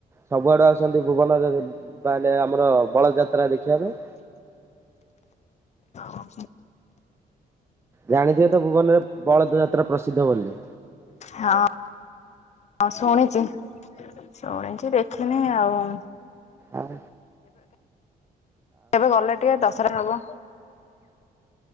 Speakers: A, on the right (about 15°); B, on the left (about 45°).
A: ସବୁଆଡୁ ଆଉଛନ୍ତି ଭୁବନରେ ମାନେ ଆମର ବଳଦଯାତ୍ରା ଦେଖିବା ପାଇଁ।
B: ହଁ।
A: ଜାଣିଥିବେ ତ ଭୁବନରେ ବଳଦ ଯାତ୍ରା ପ୍ରସିଦ୍ଧ ବୋଲି।
B: ହଁ। ହଁ ଶୁଣିଚି, ଶୁଣିଛି ଦେଖିନେଇ ଆଉ।
A: ଆଁ
B: ଏବେ ଗଲେ ଟିକେ ଦଶରା ହବ।